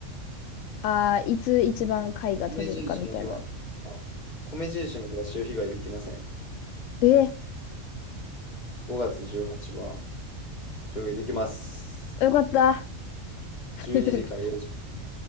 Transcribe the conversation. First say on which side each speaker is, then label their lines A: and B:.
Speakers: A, on the left; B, on the left.
A: ああ、いつ一番貝が取れるかみたいな。
B: 米印の日は、あ、米印の日は潮干狩りできません。
A: え
B: 5月18はちにちは潮干狩りできます。
A: ー、よかった。<laughs>
B: 12時から4時。
A: なんか、